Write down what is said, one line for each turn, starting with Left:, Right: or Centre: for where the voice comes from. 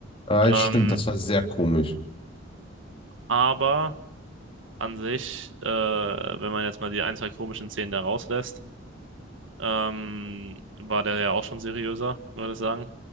Left: Ah,
Right: Ähm,
Left: stimmt, das war sehr komisch.
Right: aber an sich, äh, wenn man jetzt mal die ein, zwei komischen Szenen da rauslässt, ähm, war der ja auch schon seriöser, würde ich sagen.